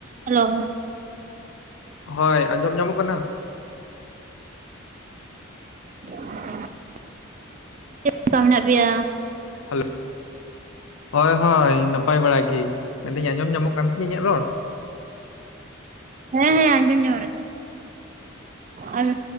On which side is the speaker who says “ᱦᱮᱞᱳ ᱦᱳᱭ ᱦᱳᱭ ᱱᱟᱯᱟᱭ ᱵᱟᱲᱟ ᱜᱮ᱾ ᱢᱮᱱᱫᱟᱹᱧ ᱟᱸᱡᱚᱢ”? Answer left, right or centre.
Left